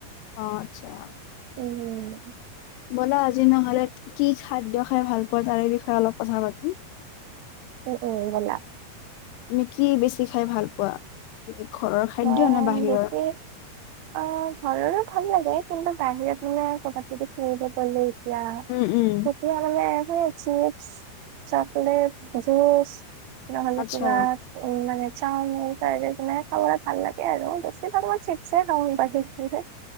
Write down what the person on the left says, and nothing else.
অ', আচ্ছা।
বলা আজি নহ'লে কি খাদ্য খাই ভাল পোৱা তাৰে বিষয়ে অলপ কথা পাতো।
তুমি কি বেছি খাই ভাল পোৱা? ঘৰৰ খাদ্য
নে বাহিৰৰ?
উম উম
আচ্ছা